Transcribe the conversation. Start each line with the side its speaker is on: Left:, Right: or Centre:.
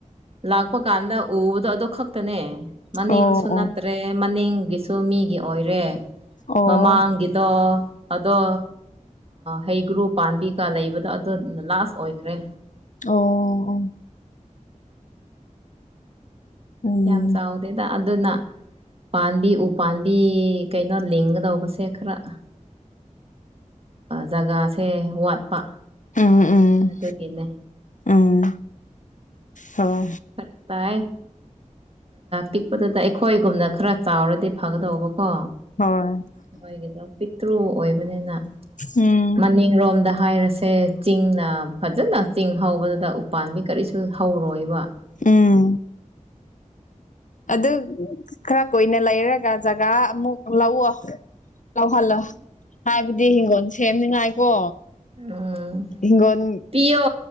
Right: ꯂꯥꯛꯄ ꯀꯥꯟꯗ ꯎꯕꯗꯣ ꯑꯗꯨ ꯈꯛꯇꯅꯦ ꯃꯅꯤꯡꯁꯨ
Left: ꯑꯣ ꯑꯣ
Right: ꯅꯠꯇ꯭ꯔꯦ ꯃꯅꯤꯡꯒꯤꯁꯨ ꯃꯤꯒꯤ ꯑꯣꯏꯔꯦ
Left: ꯑꯣ
Right: ꯃꯃꯥꯡꯒꯤꯗꯣ ꯑꯗꯣ ꯍꯩ ꯒ꯭ꯔꯨ ꯄꯥꯝꯕꯤ ꯀꯀꯥ ꯂꯩꯕꯗꯣ ꯑꯗꯣ ꯂꯥꯁ ꯑꯣꯏꯈ꯭ꯔꯦ
Left: ꯑꯣ ꯎꯝ
Right: ꯌꯥꯝ ꯆꯥꯎꯗꯦꯗꯥ ꯑꯗꯨꯅ ꯄꯥꯝꯕꯤ ꯎ ꯄꯥꯝꯕꯤ ꯀꯩꯅꯣ ꯂꯤꯡꯒꯗꯧꯕꯁꯦ ꯈꯔ ꯖꯒꯥꯁꯦ ꯋꯥꯠꯄ
Left: ꯎꯝ
Right: ꯑꯗꯨꯒꯤꯅꯦ
Left: ꯎꯝ ꯎꯝ ꯍꯣꯏ
Right: ꯐꯔꯛ ꯇꯥꯏꯌꯦ ꯄꯤꯛꯄꯗꯨꯗ ꯑꯩꯈꯣꯏꯒꯨꯝꯅ ꯈꯔ ꯆꯥꯎꯔꯗꯤ ꯐꯒꯗꯧꯕ ꯀꯣ
Left: ꯍꯣꯏ
Right: ꯃꯣꯏꯒꯤꯗꯣ ꯞꯤꯛ ꯇ꯭ꯔꯨ ꯑꯣꯏꯕꯅꯤꯅ
Left: ꯎꯝ
Right: ꯃꯅꯤꯡꯔꯣꯝꯗ ꯍꯥꯏꯔꯁꯦ ꯆꯤꯡꯅ ꯐꯖꯅ ꯆꯤꯡ ꯍꯧꯕꯗꯨꯗ ꯎꯄꯥꯥꯟꯕꯤ ꯀꯔꯤꯁꯨ ꯍꯧꯔꯣꯏꯕ ꯋꯥ
Left: ꯎꯝ ꯑꯗꯨ ꯈꯔ ꯀꯨꯏꯅ ꯂꯩꯔꯒ ꯖꯒꯥ ꯑꯃꯨꯛ ꯂꯧꯑꯣ ꯂꯧꯍꯜꯂꯣ ꯍꯥꯏꯕꯗꯤ ꯍꯤꯡꯒꯣꯜ ꯁꯦꯝꯅꯤꯉꯥꯏꯀꯣ
Right: ꯎꯝ
Left: ꯍꯤꯡꯒꯣꯟ
Right: ꯄꯤꯌꯣ